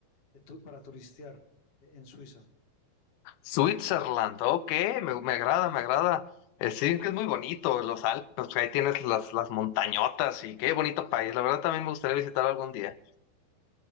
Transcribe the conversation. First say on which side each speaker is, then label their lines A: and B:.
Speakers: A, on the left; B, on the left.
A: de tu- para turistear eh, en Suiza.
B: Switzerland, ok, me, me agrada, me agrada. Eh, sí, que es muy bonito, los Alpes, pues, ahí tienes las, las montañotas y qué bonito país. La verdad, también me gustaría visitar algún día.